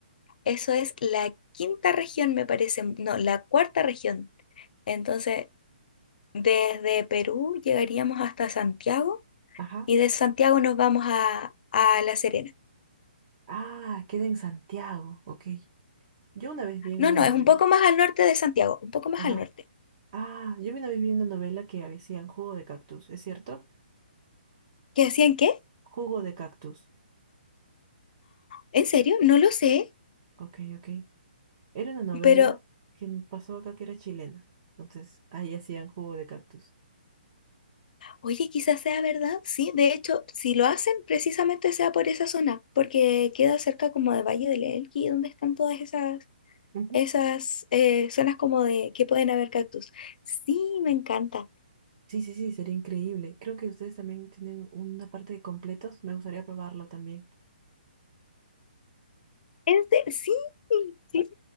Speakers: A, on the left (about 55°); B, on the right (about 40°).
A: eso es la quinta región, me parece, no, la cuarta región. Entonces, Desde Perú llegaríamos hasta Santiago
B: Ajá.
A: y de Santiago nos vamos a, a La Serena.
B: Ah, queda en Santiago, ok. Yo una vez vi en
A: No,
B: una
A: no,
B: novela.
A: es un poco más al norte de Santiago, un poco más
B: Ajá.
A: al norte.
B: Ah, yo me una vez vi una novela que decían jugo de cactus, ¿es cierto?
A: ¿Qué hacían qué?
B: Jugo de cactus.
A: ¿En serio? No lo sé,
B: Ok, ok. Era una novela
A: pero
B: que n- pasó acá que era chilena. Entonces, ahí hacían jugo de cactus.
A: oye, quizás sea verdad, sí. De hecho, si lo hacen, precisamente sea por esa zona, porque queda cerca como de Valle del Elqui, donde están todas esas,
B: Ujú.
A: esas eh, zonas como de que pueden haber cactus. Sí, me encanta.
B: Sí, sí, sí, sería increíble. Creo que ustedes también tienen una parte de completos. Me gustaría probarlo también.
A: Es de- sí, sí, sí.